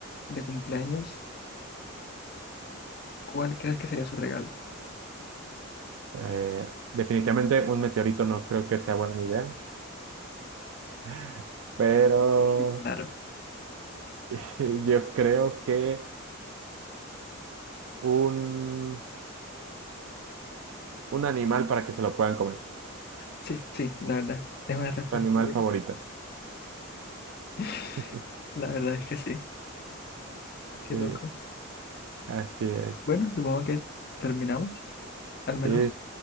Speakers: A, on the left (about 45°); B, on the right (about 70°).
A: de cumpleaños, ¿cuál crees que sería su regalo?
B: Eh, definitivamente un meteorito no creo que sea buena idea, <laughs> pero
A: Sí, claro.
B: <laughs> yo creo que un, un animal para que se lo puedan comer.
A: Sí, sí, la verdad. Es una respuesta
B: Tu animal
A: obvia.
B: favorito.
A: <laughs>
B: <laughs>
A: La verdad es que sí. Qué
B: Sí,
A: loco.
B: así es.
A: Bueno, supongo que terminamos. Al menos
B: Sí,